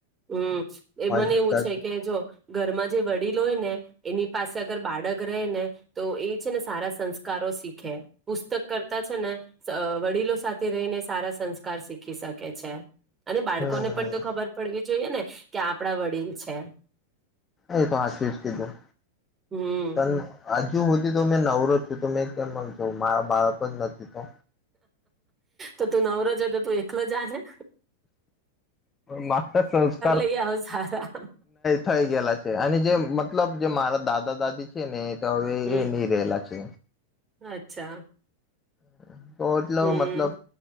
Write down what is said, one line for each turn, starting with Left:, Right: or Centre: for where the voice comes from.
Right: હમ એ
Left: મજા.
Right: મને એવું છે કે જો ઘરમાં જે વડીલ હોય ને એની પાસે અગર બાળક રહે ને તો એ છે ને સારા સંસ્કારો શીખે પુસ્તક કરતા છે ને વડીલો સાથે રહીને સારા સંસ્કાર શીખી શકે છે. અને બાળકો
Left: હમ
Right: ને પણ તો ખબર પડવી. જોઈએ ને કે આપડા વડીલ છે.
Left: એ તો હચવી જ કીધું
Right: હમ
Left: પણ હજુ. મેં નવરોત છું તો મેં કેમ. જો મારા બાળક જ નથી તો
Right: તો તું નવરોજ તો તું એકલો જાશે.
Left: માત્ર સંસ્કાર
Right: લઈ આવ સારા
Left: થઈ ગયેલા છે અને જે મતલબ જે મારા દાદા દાદી છે ને તો હવે
Right: હમ
Left: એ નહી રહેલા છે.
Right: અચ્છા
Left: હમ. તો એટલો
Right: હમ
Left: મતલબ